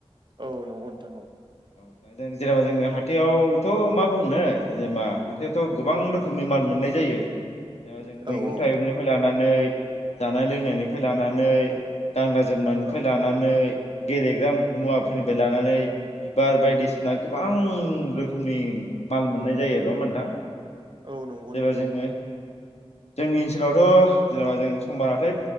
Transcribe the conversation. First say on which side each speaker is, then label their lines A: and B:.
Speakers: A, on the right; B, on the left.
A: औ नंगौ नोंथां औ।
B: औ दा जों जेनेबा जोङो हाथायावथ' मा बुंनो जेनेबा हाथायावथ' गोबां रोखोमनि माल मोननाय जायो। जों मैगं
A: औ
B: थाइगंनिफ्राय लानानै जानाय लोंनायनिफ्राय लानानै गांना जोमनायनिफ्राय
A: औ
B: लानानै गेलेग्रा मुवाफोरनिफ्राय लानानै बिबार बायदिसिना गोबां रोखोमनि माल मोननाय जायो नङा होनबा नोंथां।
A: औ नंगौ
B: जेबा
A: नोंथां
B: जोङो
A: औ
B: जोंनि ओनसोलावथ' जेनेबा जों समबारथाय